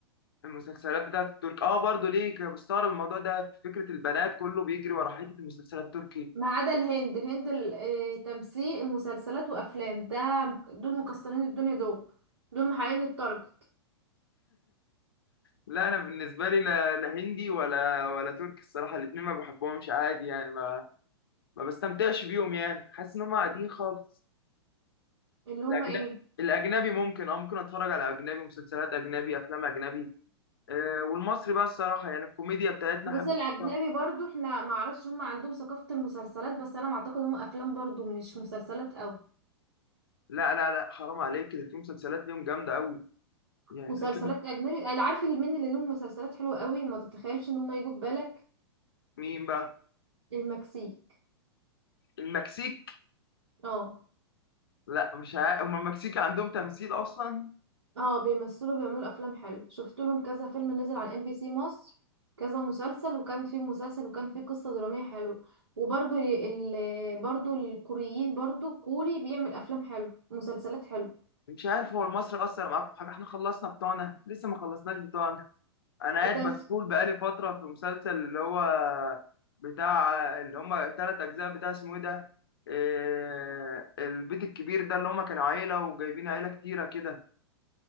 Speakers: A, on the left (about 60°); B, on the right (about 70°).
A: في المسلسلات بتاعت الترك اه برضه ليه كنت بستغرب الموضوع ده في فكرة البنات كله بيجري ورا حتة المسلسلات التركي
B: ما عدا الهند الهند ال- آه، تمثيل مسلسلات وأفلام ده دول مكسرين الدنيا دول دول محققين التارجت
A: لا انا بالنسبة لي لا, لا هندي ولا ولا تركي الصراحة الاتنين ما بحبهمش عادي يعني ما ما بستمتعش بيهم يعني حاسس ان هم قاعدين خالص
B: اللي هم
A: الاجنبي
B: ايه
A: الاجنبي ممكن اه ممكن اتفرج على اجنبي مسلسلات اجنبي افلام اجنبي آه، والمصري بقى الصراحه يعني الكوميديا بتاعتنا
B: بص
A: احب
B: الأجنبي
A: أتفرج.
B: برضو احنا ما اعرفش هم عندهم ثقافة المسلسلات بس أنا ما أعتقد هم أفلام برضو مش مسلسلات أوي
A: لا لا لا حرام عليك كده في مسلسلات ليهم جامده قوي يعني
B: مسلسلات
A: في كام
B: أجنبي أنا عارف مين اللي لهم مسلسلات حلوة أوي ما تتخيلش إن هم يجوا في بالك
A: مين بقى
B: المكسيك
A: المكسيك
B: اه
A: لا مش عارف هم المكسيك عندهم تمثيل اصلا
B: اه بيمثلوا بيعملوا افلام حلو شفت لهم كذا فيلم نزل على ام بي سي مصر كذا مسلسل وكان في مسلسل وكان في قصة درامية حلوة وبرضو ال ال- برضو الكوريين برضو كوري بيعمل افلام حلو مسلسلات حلو
A: مش عارف هو المصري اثر معاكم في حاجه احنا خلصنا بتوعنا لسه ما خلصناش بتوعنا انا قاعد
B: انت
A: مسحول بقالي فتره في مسلسل اللي هو بتاع اللي هم ثلاث اجزاء بتاع اسمه ايه ده آه، البيت الكبير ده اللي هم كانوا عيله وجايبين عيله كتيره كده